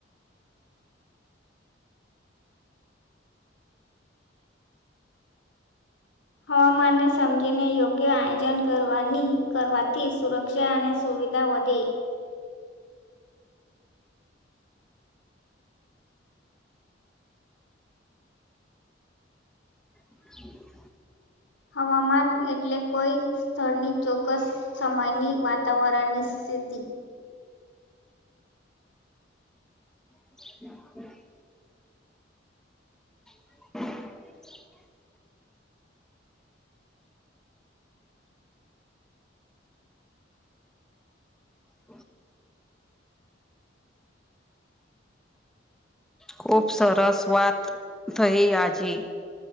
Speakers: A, on the left; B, in the centre.
A: હવામાનને સમજીને યોગ્ય આયોજન કરવાની કરવાથી સુરક્ષા અને સુવિધા વધે.
B: <unintelligible>
A: હવામાન એટલે કોઈ સ્થળની ચોકસ સમયની વાત તાવરણ ની સ્થિતી.
B: <inaudible> <unintelligible> <inaudible> ખુબ સરસ વાત થઈ આજે.